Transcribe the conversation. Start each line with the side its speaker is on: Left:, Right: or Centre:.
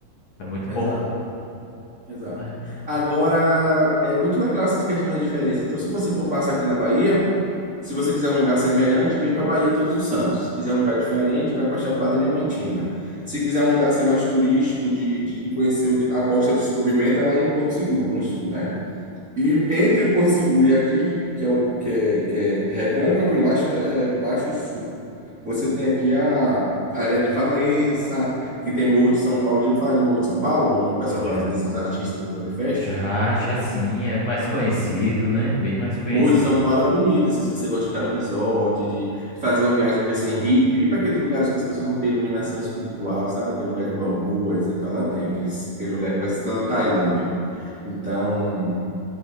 Left: é muito
Right: Exato,
Left: bom.
Right: exato.
Left: Mas-
Right: Agora, é muito legal essas questões da diferença. Então, se você for passar aqui na Bahia, Se você quiser um lugar semelhante, vem para Bahia e Todos os Santos. Se quiser um lugar diferente, vai para Chapada Diamantina. Se quiser um lugar assim, mais turístico, de, de, de conhecer o a Costa do Descobrimento, é lá em Porto Seguro, no sul, né? E entre o Porto Seguro e aqui, que é, o, que é, que é Recôncavo e lá acho que é Baixo Sul, você tem aqui a, a área de Valença, que tem Morro de São Paulo. Já ouviu falar de Morro de São Paulo, onde o pessoal
Left: Já,
Right: faz, às vezes, os artistas vão fazer festa?
Left: já, já sim, é mais conhecido, né? Bem mais conhecido.
Right: Morro de São Paulo é bonito, assim, se você gosta de ficar no resort, de fazer uma viagem meio assim hippie, ir para aqueles lugares que as pessoas não têm iluminação espiritual, sabe? Aquele lugar de bambu, etc. Lá tem aqueles, aquele lugar que parece que tá na Tailândia. Então,